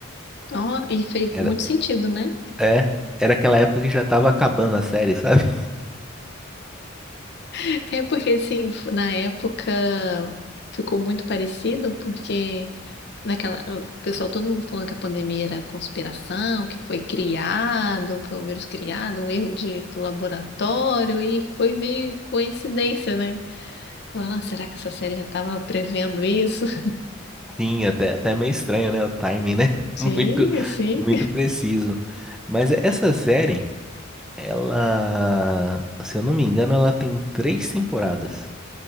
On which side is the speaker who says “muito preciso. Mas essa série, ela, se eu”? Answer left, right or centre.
Centre